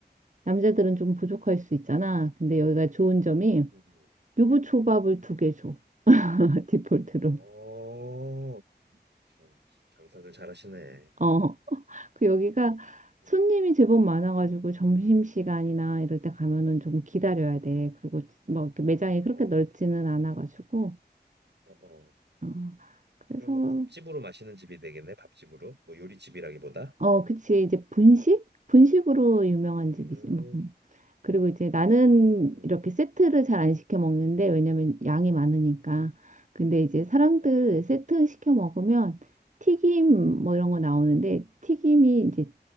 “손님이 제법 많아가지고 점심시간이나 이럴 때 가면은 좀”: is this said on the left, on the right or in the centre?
Right